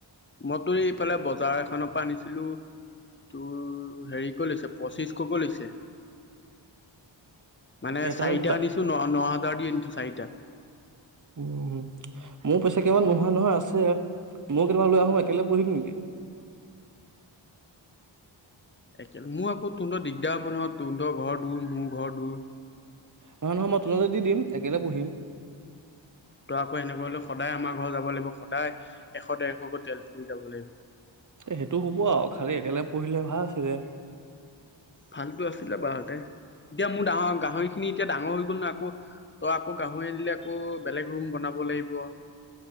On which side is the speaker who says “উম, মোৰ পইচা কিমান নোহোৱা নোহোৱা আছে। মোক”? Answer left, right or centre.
Right